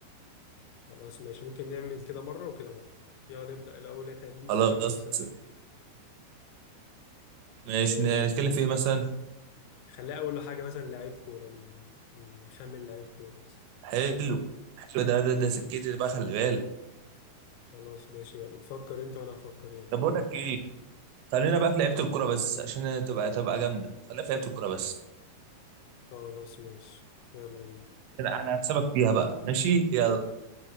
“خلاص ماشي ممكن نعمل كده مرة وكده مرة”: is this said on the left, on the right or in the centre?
Left